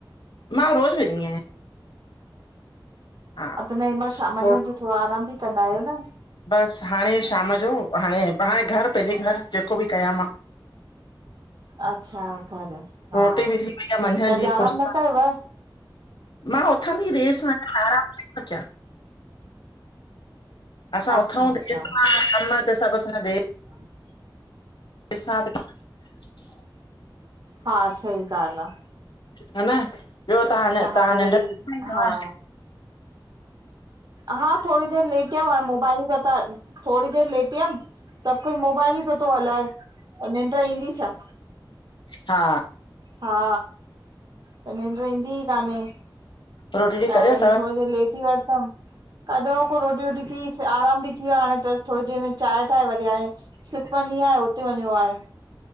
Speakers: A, on the left; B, on the right.
A: मां रोज़ वेंदी आहियां। हा
B: ह त न महिल शाम
A: थोरो
B: मंझंदि जो थोड़ो आरामु बि कंदा आहियो न।
A: बसि हाणे शाम जो हाणे, हाणे घरु पेजे घरु जेको बि कया मां।
B: अच्छा घरु हा,
A: रोटी बि थी वई आहे मंझंदि
B: त अॼु
A: जी
B: आराम
A: फुर्सत
B: न कयोव?
A: मां उथदी देर सां आया आराम कहिमल क्या। असां
B: अच्छा
A: ऊथंउ
B: अच्छा
A: देर सा कम त सभु असांजा दें
B: <inaudible>
A: <unintelligible>
B: हा सही ॻाल्हि आ।
A: ह न ॿियो तां ह न तव्हां
B: हाणे वरी
A: निॾ
B: हा हा थोड़ी देर लेट यम हाणे मोबाइल क ता थोड़ी देर लेट यम सभु कोई मोबाइल ही पयो तो हलाए, त निंॾ ईंदी छा?
A: हा
B: हा त निंॾ ईंदी ई कान्हे।
A: रोटी वोटी
B: त हाणे
A: करे अथव
B: इअं थोड़ी देर लेटी वठदम। कॾो को रोटी वोटी थी आराम बि थी वियो आ हाणे त थोड़ी देरि में चांये ठाहे वरी हाणे सुखमनी आ उते वञिणो आहे।